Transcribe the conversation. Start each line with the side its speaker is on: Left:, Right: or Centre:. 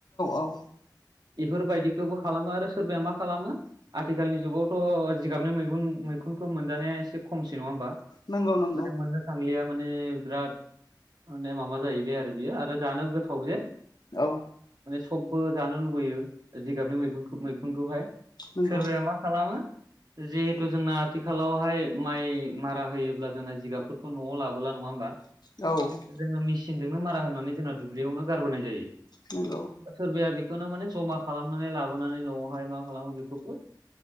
Left: औ
Right: बेफोरबायदिखौबो खालामबा आरो सोरबाया मा खालामो आथिखालनि जुगावथ' जिगाबनि मैगुन मैखुनखौ मोनजानाया एसे खमसै नङा होमबा
Left: नंगौ नंगौ
Right: माने मोननो थांलिया माने बिराद माने माबा जाहैबाय आरो बियो आरो जानो गोथाव जे
Left: औ
Right: माने सबबो जानो लुबैयो जिगाबनि मैुनखुन मैखुनखौहाय
Left: नंगौ
Right: सोरबाया मा खालामो जिहेथु जोंना आथिखालावहाय माइ मारा होयोब्ला जोंना जिगाबफोर खौ न'आव लाबोला नङा होमबा
Left: औ
Right: जोङो मेचिनजोंनो मारा होनानै जोंना दुब्लियावनो गारबोनाय जायो।
Left: नोंगौ
Right: सोरबाया बेखौनो माने जमा खालामनानै लाबोनानै न'आवहाय मा खालामो बेफोरखौ